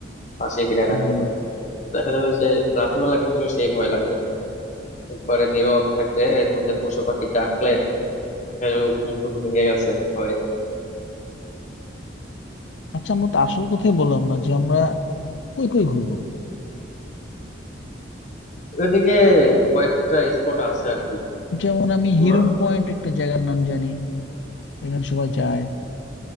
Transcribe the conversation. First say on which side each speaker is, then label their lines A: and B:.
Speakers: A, on the left (about 40°); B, on the left (about 70°).
A: পাশেই ভিড়ায়
B: হুম
A: রাখতে হবে দেখা যাবে যে রাতের বেলা কিন্তু সেই ভয় লাগবে একবারে নীরব থাকবে এর মধ্যে পশু পাখি ডাকলে এ, ঘুম টুম ভেঙে গেছে ভয়ে
B: আচ্ছা আমরা তো আসল কথাই বললাম না যে আমরা কই কই ঘুরবো
A: ওইদিকে কয়েকটা স্পট আছে আর
B: যেমন আমি
A: কি
B: হিরন পয়েন্ট একটা জায়গার নাম জানি এখানে সবাই যায়